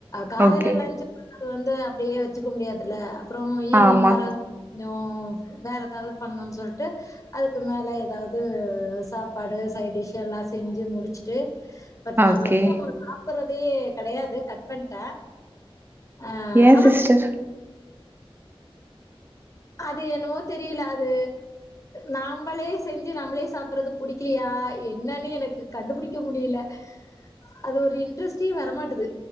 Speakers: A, on the left; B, on the right.
A: காலையில
B: ஓகே.
A: லன்ச் அது வந்து அப்டியே வச்சுக்க முடியாதுலே அப்பறம் ஈவினிங்
B: ஆமா.
A: வர கொஞ்சம் வேற ஏதாவது பண்ணும்ன்னு சொல்லிட்டு அதுக்கு மேல ஏதாவது இது சாப்பாடு சைடுடிஷ் எல்லா செஞ்சு முடிச்சுட்டு பட் நா
B: ஓகே.
A: மதியம் சாப்டறதே கெடையாது கட் பண்ணிட்டே அ
B: ஏன்
A: ஆனா
B: சிஸ்டர்?
A: அது என்னவோ தெரியல அது நாமளே செஞ்சு நம்மளே சாப்டுறது புடி புடிக்கலியா என்னன்னே எனக்கு கண்டுபிடிக்க முடியல அது ஒரு இன்ட்ரெஸ்டே வரமாட்டுது